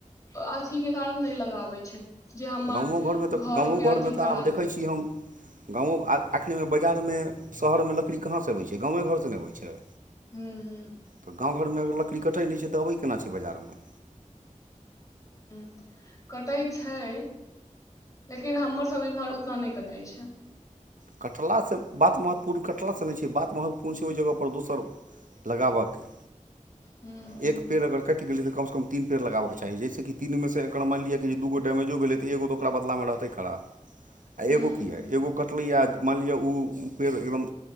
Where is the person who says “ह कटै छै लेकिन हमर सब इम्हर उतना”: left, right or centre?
Left